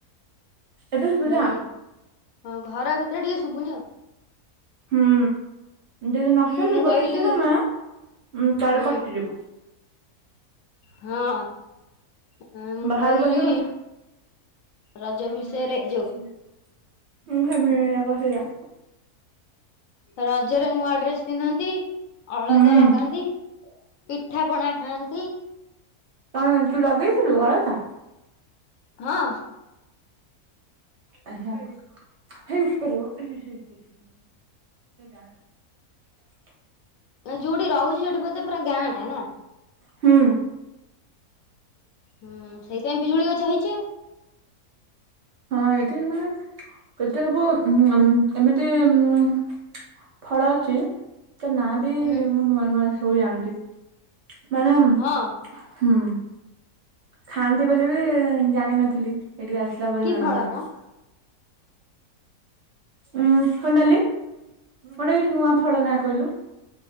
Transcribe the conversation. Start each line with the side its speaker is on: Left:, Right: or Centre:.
Right: ଏବେ ଶୁଭିଲା।
Left: ହୁଁ ହଁ ଘର ଭିତରେ ଟିକେ ଶୁଭୁନି ଆଉ
Right: ହୁଁ ଯଦି ନ
Left: ହୁଁ
Right: ଶୁଭିବ
Left: ମୁଁ କହିଲି
Right: କିଛି ସମୟ ଉଁ ତାହାଲେ
Left: ହୁଁ
Right: କଟିଯିବ।
Left: ହଁ। ହଁ ମୁଁ
Right: ବାହାରକୁ
Left: କହିଲି
Right: ଆସି କଥା।
Left: ରଜ
Right: ତା ମୂଳଟା
Left: ବିଷୟରେ
Right: ଏତେ
Left: ଏ
Right: ପାଚିଲା।
Left: ଯୋଉ
Right: ମୁଁ ଭାବିନି ଏରା କହିଲା।
Left: ରଜରେ ନୂଆ ଡ୍ରେସ ପିନ୍ଧନ୍ତି। ଅଳତା
Right: ହୁଁ
Left: ଲଗାନ୍ତି। ପିଠା ପଣା ଖାଆନ୍ତି।
Right: କଣ ତୁ ଲଗେଇଥିଲୁ ଅଳଦା।
Left: ହଁ।
Right: ଆ ହେଇ ଉପରକୁ। ସେଇଟା ଆଣିବି।
Left: ଯୋଉଠି ରହୁଛି ସେଇଠି ବୋତେ ପୁରା ଗାଁଟା ନା।
Right: ହୁଁ।
Left: ହୁଁ ସେଇଥିପାଇଁ ପିଜୁଳି ଗଛ ହେଇଛି ଆଉ।
Right: ହଁ ଏଠି ମାନେ କେତେ ହବ ଏମିତି ଉଁ ଫଳ ଅଛି ତ ନା ବି
Left: ହୁଁ।
Right: ମୁଁ ନୂଆ ନୂଆ ସବୁ ଜାଣୁଚି ମାନେ
Left: ହଁ
Right: ହୁଁ। ଖାଆନ୍ତି ବୋଲି ବି ଜାଣିନଥିଲି ଏଠିକି ଆସିଲା ପରେ
Left: କି
Right: ଜଣାପଡିଲା।
Left: ଫଳ ମ?
Right: ହୁଁ ହନାଲିି କୁଆଡେ କିଛି ନୂଆ ଫଳ ନା କହିଲୁ